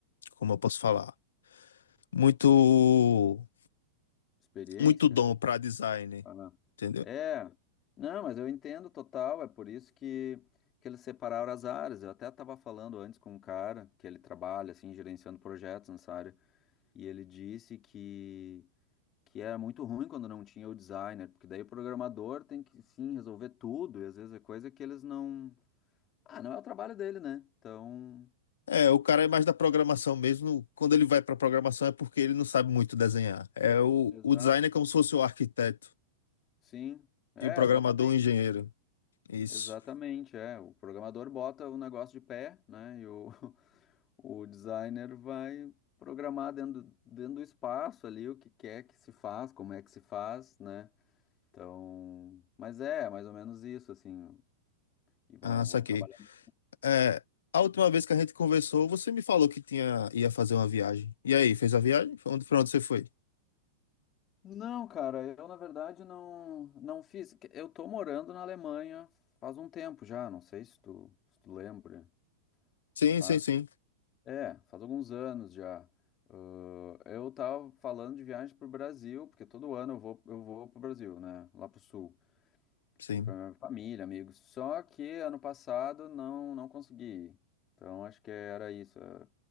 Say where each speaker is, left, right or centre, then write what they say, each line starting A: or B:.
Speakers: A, on the left; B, on the left.
A: como eu posso falar? Muito
B: Experiência?
A: muito dom para design,
B: Ah,
A: entendeu?
B: é, não, mas eu entendo total, é por isso que, que eles separaram as áreas. Eu até estava falando antes com um cara que ele trabalha, assim, gerenciando projetos nessa área, e ele disse que que era muito ruim quando não tinha o designer, porque daí o programador tem que sim resolver tudo, e às vezes é coisa que eles não. Ah, não é o trabalho dele, né? Então,
A: É, o cara é mais da programação mesmo. Quando ele vai para programação é porque ele não sabe muito desenhar. É o,
B: exato.
A: o design é como se fosse o arquiteto
B: Sim. É,
A: e o programador
B: exatamente.
A: o engenheiro. Isso.
B: Exatamente, é. O programador bota o negócio de pé, né? E o, <laughs> o designer vai programar dentro, dentro do espaço ali o que quer que se faz, como é que se faz, né? Então, mas é, mais ou menos isso, assim. E vão,
A: Ah, saquei.
B: vão trabalhando.
A: É, a última vez que a gente conversou, você me falou que tinha ia fazer uma viagem. E aí, fez a viagem? Pra Onde, pra onde você foi?
B: Não, cara, eu na verdade não, não fiz. Eu tô morando na Alemanha faz um tempo já, não sei se tu, se tu lembra.
A: Sim,
B: Faz,
A: sim, sim,
B: é, faz alguns anos já. Ahn, eu tava falando de viagem pro Brasil, porque todo ano eu vou, eu vou pro Brasil, né? Lá pro sul.
A: sim.
B: Pra minha família, amigos. Só que ano passado não, não consegui. ir. Então acho que era isso. eh,